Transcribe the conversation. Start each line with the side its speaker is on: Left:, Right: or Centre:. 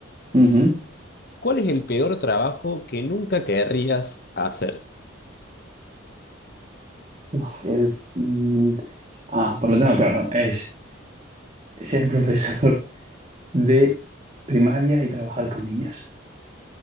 Right: Ujú.
Left: ¿Cuál es el peor trabajo que nunca querrías hacer?
Right: Uf, el, mm, ah, pues lo tengo claro, es ser <laughs> profesor de primaria y trabajar con niños.